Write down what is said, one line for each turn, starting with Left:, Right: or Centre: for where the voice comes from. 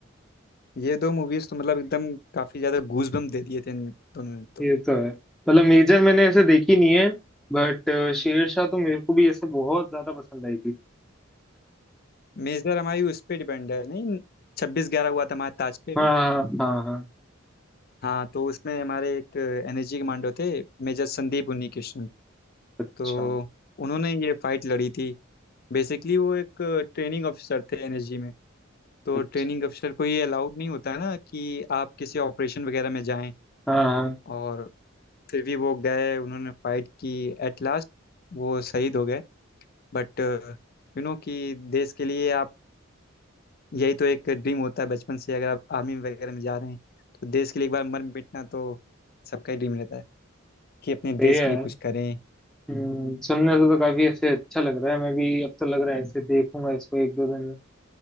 Left: ये दो मूवीज़ तो मतलब एकदम काफ़ी ज़्यादा गूज बम्प दे दिए थे इन दोनों ने तो
Centre: ये तो है मतलब मेजर मैंने ऐसे देखी नहीं है बट शेरशाह तो मेरे को भी ऐसे बहुत ज्यादा पसंद आई थी
Left: मेजर हमारी उस पे डिपेंड है नहीं छब्बीस ग्यारह हुआ था हमारे ताज पे
Centre: हाँ हाँ हाँ हाँ।
Left: हाँ तो उसमें हमारे एक एनर्जी कमांडो थे मेजर संदीप उन्नी कृष्ण
Centre: अच्छा
Left: तो उन्होंने ये फाइट लड़ी थी बेसिकली वो एक ट्रेनिंग ऑफिसर थे एनर्जी में तो
Centre: अच्छा
Left: ट्रेनिंग ऑफिसर को ये अलाउड नहीं होता है ना कि आप किसी ऑपरेशन वगैरह में जाएं
Centre: हाँ हाँ
Left: और फिर भी वो गए उन्होंने फाइट की एट लास्ट वो शहीद हो गए बट यू नो कि देश के लिए आप यही तो एक ड्रीम होता है बचपन से अगर आप आर्मी वगैरह में जा रहे हैं तो देश के लिए एक बार मर मिटना तो सबका ही ड्रीम रहता है कि अपने
Centre: सही
Left: देश
Centre: है
Left: के लिए कुछ करें
Centre: हम्म, सुनने से तो काफी ऐसे अच्छा लग रहा है मैं भी अब तो लग रहा है ऐसे देखूंगा इसको एक दो दिन में